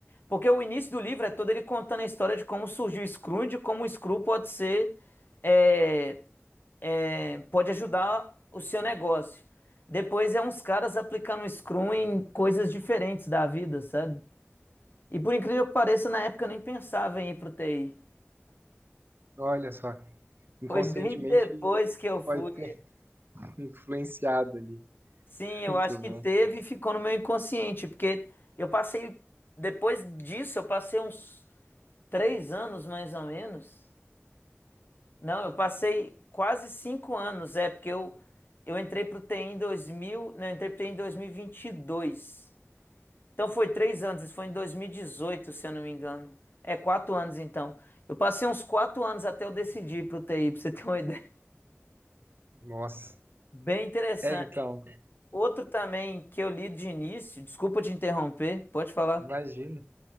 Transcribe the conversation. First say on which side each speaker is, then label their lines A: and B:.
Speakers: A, on the left; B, on the right.
A: Porque o início do livro é todo ele contando a história de como surgiu o Scrum, de como o Scrum pode ser é, é, pode ajudar o seu negócio. Depois é uns caras aplicando Scrum em coisas diferentes da vida, sabe? E por incrível que pareça, na época eu nem pensava em ir pro TI.
B: Olha só, inconscientemente
A: Foi bem depois que eu fui.
B: pode ter <laughs> influenciado ali.
A: Sim, eu
B: Muito
A: acho que
B: bom.
A: teve e ficou no meu inconsciente, porque eu passei, depois disso, eu passei uns três anos mais ou menos. Não, eu passei quase cinco anos, é, porque eu, eu entrei pro TI em 2000, não, eu entrei pro TI em 2022. Então foi três anos, isso foi em 2018, se eu não me engano. É, quatro anos então. Eu passei uns quatro anos até eu decidir para o TI, para você ter uma <laughs> ideia.
B: Nossa.
A: Bem interessante.
B: É, então,
A: Outro também que eu li de início, desculpa te interromper, pode falar.
B: imagina.